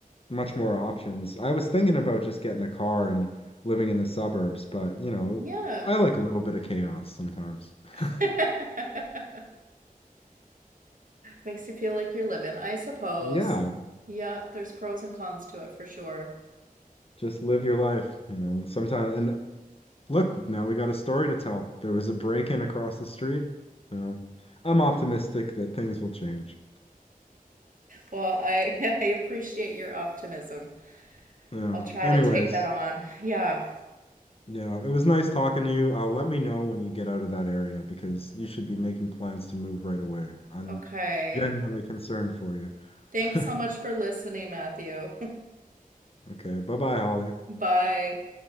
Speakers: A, on the left; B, on the right.
A: much more options. I was thinking about just getting a car and living in the suburbs, but you know,
B: yeah.
A: I like a little bit of chaos sometimes. <laughs>
B: <laughs> Makes you feel like you're living, I suppose.
A: Yeah,
B: Yeah, there's pros and cons to it for sure.
A: just live your life, you know. Sometimes, and Look, now we got a story to tell. There was a break-in across the street. Yeah. I'm optimistic that things will change.
B: Well, I <laughs> I appreciate your optimism.
A: Yeah.
B: I'll try
A: Anyways,
B: to take that on. Yeah.
A: yeah, it was nice talking to you. Uh, let me know when you get out of that area because you should be making plans to move right away. I'm
B: Okay.
A: genuinely concerned for you.
B: Thanks
A: <laughs>
B: so much for listening, Matthew.
A: Okay, bye-bye, Holly.
B: <laughs> Bye.